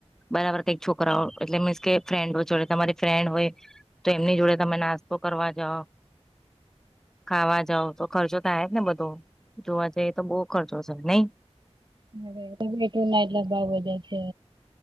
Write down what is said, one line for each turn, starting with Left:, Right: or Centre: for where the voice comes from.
Centre: બરાબર કંક છોકરાઓ એટલે મીન્સ કે ફ્રેન્ડો જોડે તમારે ફ્રેન્ડ હોય તો એમની જોડે તમે નાસ્તો કરવા જાઓ. ખાવા જાવ તો ખર્ચો થાય જ ને બધો જોવા જઈ તો બહુ ખર્ચો છે નઈ
Right: હ એતો પ્રટોલના એટલા ભાવ વધયા છે